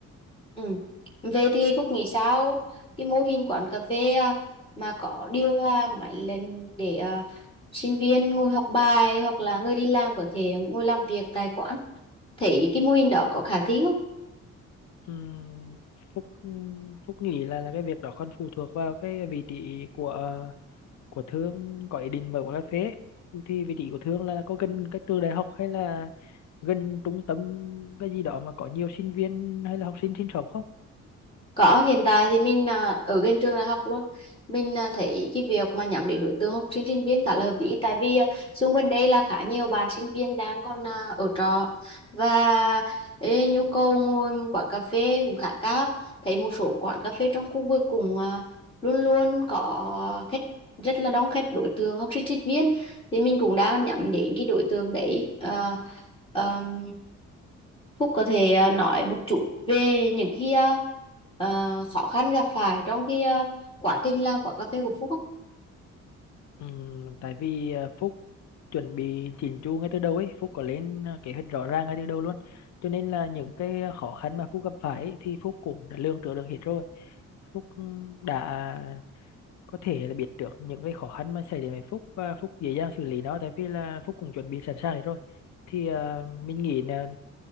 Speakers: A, on the left; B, on the left.
A: Ừ. Về thì Phúc nghĩ sao cái mô hình quán cà phê à, mà có điều hòa máy lên để à, sinh viên ngồi học bài hoặc là người đi làm có thể ngồi làm việc tại quán. Thấy cái mô hình đó có khả thi không?
B: Ừm, Phúc ừm, Phúc nghĩ là là cái việc đó còn phụ thuộc vào cái vị trí của à, của Thương có ý định mở quán cà phê ấy. thì, thì vị trí của Thương là có gần cái trường đại học hay là gần trung tâm cái gì đó mà có nhiều sinh viên hay là học sinh sinh sống không
A: Có, hiện tại thì mình à, ở gần trường đại học luôn. Mình à, thấy cái việc mà nhắm đến đối tượng học sinh sinh viên khá là hợp lý tại vì à, xung quanh đây là khá nhiều bạn sinh viên đang còn à, ở trọ và ê, nhu cầu ngồi một quán cà phê cũng khá cao. Thấy một số quán cà phê trong khu vực cũng à, luôn luôn có khách rất là đông khách đối tượng học sinh sinh viên thì mình cũng đang nhắm đến cái đối tượng đấy. Ờ, ờm, Phúc có thể ờ, nói một chút về những cái ờ, ờ, khó khăn gặp phải trong cái ờ, quá trình làm quán cà phê của Phúc không?
B: Ừm, tại vì à, Phúc chuẩn bị chỉnh chu ngay từ đầu ấy, Phúc có lên à, kế hoạch rõ ràng ngay từ đầu luôn. Cho nên là những cái khó khăn mà Phúc gặp phải ấy, thì Phúc cũng đã lường trước được hết rồi. Phúc ừ, đã có thể là biết được những cái khó khăn mà xảy đến với Phúc và Phúc dễ dàng xử lý nó tại vì là Phúc cũng chuẩn bị sẵn sàng hết rồi. Thì à, mình nghĩ là